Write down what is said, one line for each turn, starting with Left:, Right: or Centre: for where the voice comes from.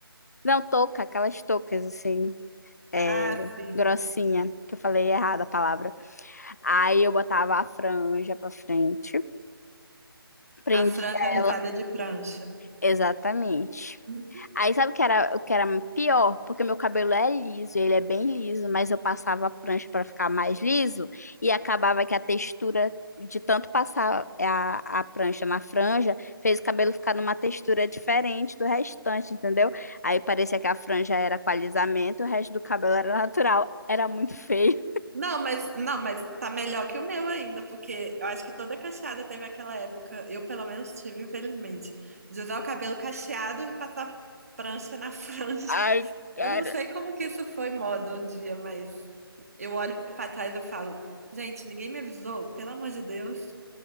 Left: Não, touca, aquelas toucas assim, é,
Right: Ah, sim.
Left: grossinha, que eu falei errada a palavra. Aí eu botava a franja pra frente, prendia
Right: A franja alisada
Left: ela,
Right: de prancha.
Left: exatamente.
Right: Uhum.
Left: Aí sabe o que era, o que era pior? Porque meu cabelo é liso, ele é bem liso, mas eu passava a prancha para ficar mais liso e acabava que a textura de tanto passar a, a prancha na franja fez o cabelo ficar numa textura diferente do restante, entendeu? Aí parecia que a franja era com alisamento, o resto do cabelo era natural. Era muito feio.
Right: Não, mas não, mas tá melhor que o meu ainda, porque eu acho que toda cacheada teve aquela época. Eu pelo menos tive, infelizmente, de usar o cabelo cacheado e passar prancha na <laughs> franja.
Left: Ai, cara.
Right: Eu não sei como que isso foi moda um dia, mas eu olho pra trás e eu falo, gente, ninguém me avisou, pelo amor de Deus.